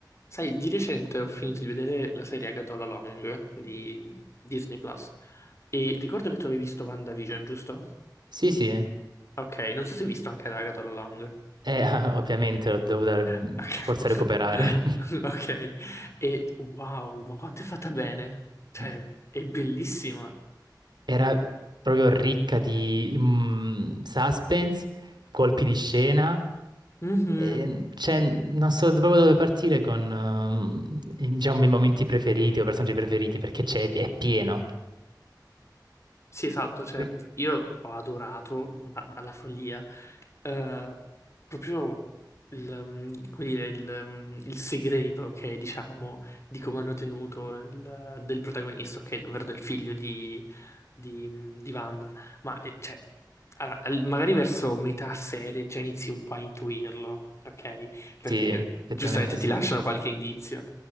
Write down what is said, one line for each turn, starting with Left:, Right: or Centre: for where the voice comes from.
Left: Sai, di recente ho finito di vedere la serie Agatola Long di Disney Plus e ricordo che tu avevi visto WandaVision, giusto?
Right: Sì, sì, eh,
Left: Ok, non so se hai visto anche Agatola Long.
Right: <laughs> ovviamente l'ho dovuta mm,
Left: Ok. <laughs>
Right: per forza recuperare.
Left: Ok. E wow, ma quanto è fatta bene! Cioè,
Right: <laughs>
Left: è bellissima.
Right: Era proprio ricca di mm, suspense, colpi di scena.
Left: Mhm.
Right: e, cioè, non so proprio dove partire con mm, i- diciamo, i miei momenti preferiti o personaggi preferiti perché c'è, è pieno.
Left: Sì, esatto, cioè
Right: Quindi-
Left: io ho adorato ma- alla follia eh, proprio il, mm, come dire, il, mm, il segreto che diciamo di come hanno tenuto il- del protagonista, ok, ovvero del figlio di, di, mm, di Wanda, ma eh, cioè allora, al- magari verso metà serie già inizi un po' a intuirlo, ok?
Right: Sì,
Left: Perché
Right: effettivamente
Left: giustamente
Right: sì.
Left: ti lasciano qualche indizio,